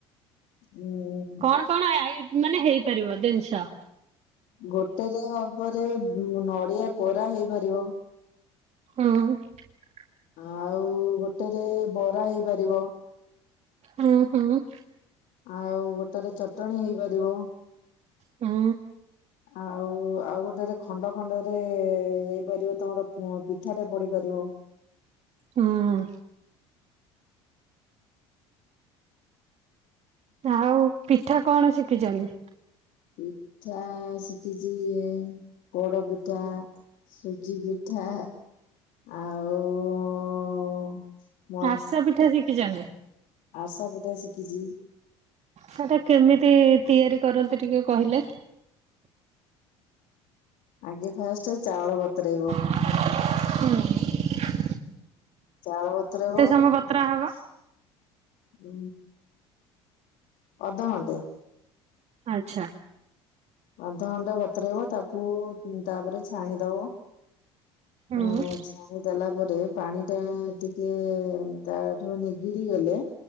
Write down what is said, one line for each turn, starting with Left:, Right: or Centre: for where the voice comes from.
Left: ହୁଁ।
Right: କଣ କଣ ଆଇଟ୍ ମାନେ ହେଇପାରିବ ଦିନଷ?
Left: ଗୋଟେରେ ହବରେ ନଡିଆ କୋରା ହେଇପାରିବ।
Right: ହଁ।
Left: ଆଉ ଗୋଟେରେ ବରା ହେଇପାରିବ।
Right: ଉଁ ହୁଁ।
Left: ଆଉ ଗୋଟେରେ ଚଟଣି ହେଇପାରିବ।
Right: ହଁ।
Left: ଆଉ ଆଉ ଗୋଟେରେ ଖଣ୍ଡ ଖଣ୍ଡରେ ହେଇପାରିବ ତମର ପିଠାରେ ପଡିପାରିବ।
Right: ହଁ। ତାହୁ ପିଠା କଣ ଶିଖିଚନ୍ତି?
Left: ପିଠା ଶିଖିଚି ପୋଡ ପିଠା। ସୁଜି ପିଠା ଆଉ ମ
Right: ଆରସା ପିଠା ଶିଖିଚନ୍ତି?
Left: ଆରସା ପିଠା ଶିଖିଚି।
Right: ସେଟା କେମିତି ତିଆରି କରନ୍ତି ଟିକେ କହିଲେ।
Left: ଆଗେ ଫାଷ୍ଟେ ଚାଉଳ ବତୁରେଇବ।
Right: ହୁଁ।
Left: ଚାଉଳ ବତୁରେଇବ
Right: ସମୟ ବତୁରା ହବ?
Left: ଅଧ ଘଣ୍ଟେ।
Right: ଆଛା।
Left: ଅଧ ଘଣ୍ଟେ ବତୁରେଇବ ତାକୁ ତାପରେ ଛାଣିଦବ।
Right: ହୁଁ
Left: ଅ ଆଛା। ଦେଲା ପରେ ପାଣି ଟା ଟିକେ ତା ଠୁ ନିଗିଡି ଗଲେ